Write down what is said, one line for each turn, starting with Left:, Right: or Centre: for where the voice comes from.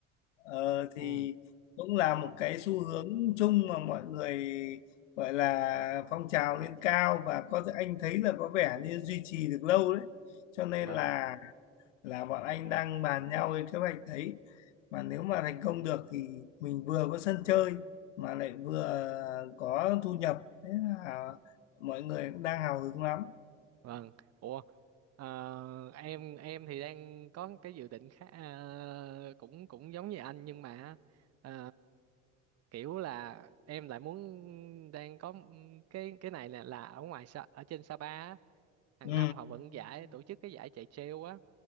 Left: Ờ, thì
Right: Ồ,
Left: cũng là một cái xu hướng chung mà mọi người gọi là phong trào lên cao và có thể anh thấy là có vẻ như duy trì được lâu đấy cho nên
Right: vâng,
Left: là là bọn anh đang bàn nhau cái kế hoạch đấy mà nếu mà thành công được thì mình vừa có sân chơi mà lại vừa có thu nhập thế là mọi người cũng đang hào hứng lắm
Right: vâng. Ủa, ờ, em em thì đang có cái dự định khác ờ, cũng cũng giống như anh nhưng mà ờ, kiểu là em lại muốn đang có ừm, cái cái này là là ở ngoài Sa- ở trên Sapa á, hàng
Left: ừ
Right: năm họ vẫn giải tổ chức cái giải chạy trail á